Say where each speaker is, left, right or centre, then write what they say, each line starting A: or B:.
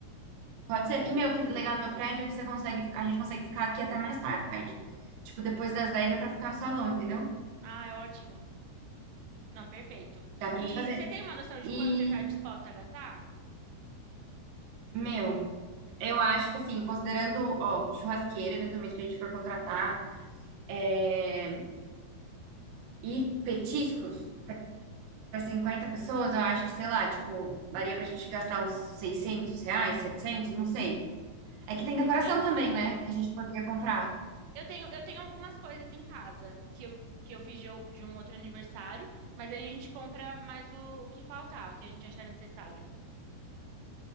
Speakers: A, on the right; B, on the right.
A: Pode ser. E, meu, que legal no meu prédio é que você consegue, a gente consegue ficar aqui até mais tarde. Tipo, depois das dez é pra ficar no salão, entendeu?
B: Ah, é ótimo. Não, perfeito.
A: Dá pra
B: E
A: gente fazer.
B: você tem uma noção de
A: E,
B: quanto você está disposta a gastar?
A: meu, eu acho que assim, considerando, ó, churrasqueira, eventualmente que a gente for contratar, é, e petiscos. Para 50 pessoas, eu acho que, sei lá, tipo, daria pra gente gastar uns 600 reais, 700 não sei. É que tem decoração
B: Seiscentos.
A: também, né? Que a gente poderia comprar.
B: Eu tenho, eu tenho algumas coisas em casa que eu, que eu fiz de, o- de um outro aniversário, mas aí a gente compra mais o, o que faltar, o que a gente achar necessário.